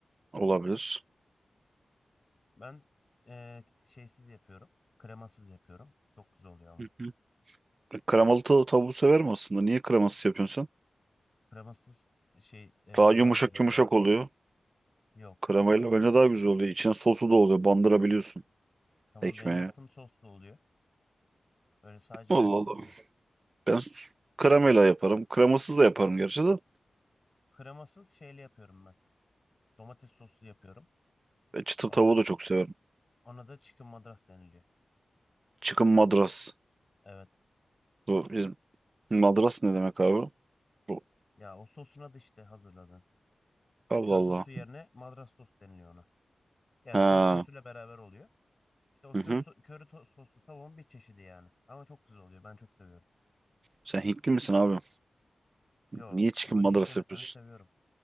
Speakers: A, on the right (about 30°); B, on the left (about 25°).
A: Olabilir.
B: Ben eee, şeysiz yapıyorum. Kremasız yapıyorum. Çok güzel oluyor ama.
A: Hı hı. Kremalı tav- tavuğu severim aslında. Niye kremasız yapıyorsun sen?
B: Kremasız şey eee,
A: Daha yumuşak
B: daha güzel oluyor.
A: yumuşak oluyor.
B: Yok.
A: Kremayla bence daha güzel oluyor. İçine sosu da oluyor. Bandırabiliyorsun
B: Tamam
A: ekmeğe.
B: benim yaptığım soslu oluyor. Öyle sadece
A: Allah
B: tavuk
A: Allah.
B: olmuyor.
A: Ben s- kremayla yaparım. Kremasız da yaparım gerçi de.
B: Kremasız şeyli yapıyorum ben. Domates soslu yapıyorum.
A: E, çıtır
B: Ona
A: tavuğu
B: da
A: da çok severim.
B: ona da chicken madras deniliyor.
A: Çıkın madras.
B: Evet.
A: Bu bizim madras ne demek abi? Bu.
B: Ya o sosuna da işte hazırladın.
A: Allah
B: Kör
A: Allah.
B: sosu yerine madras sos deniliyor ona. Yani
A: Ha.
B: kör sosuyla beraber oluyor. İşte o
A: Hı
B: kör
A: hı.
B: so- köri to- soslu tavuğun bir çeşidi yani. Ama çok güzel oluyor. Ben çok seviyorum.
A: Sen Hintli misin abi?
B: Yo
A: Niye çıkın
B: ama
A: madras
B: Hint yemeklerini
A: yapıyorsun?
B: seviyorum.